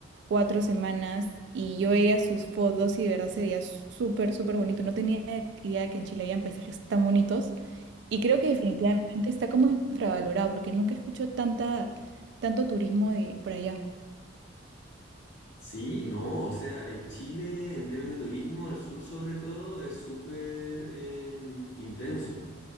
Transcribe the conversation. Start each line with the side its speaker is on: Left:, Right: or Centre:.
Right: cuatro semanas y yo veía sus fotos y de verdad se veía súper, súper bonito. No tenía idea de que en Chile habían paisajes tan bonitos y creo que definitivamente está como infravalorado porque nunca escucho tanta, tanto turismo de por allá.
Left: Sí, no, o sea, eh, Chile en términos de turismo, al sur sobre todo, es súper em, intenso.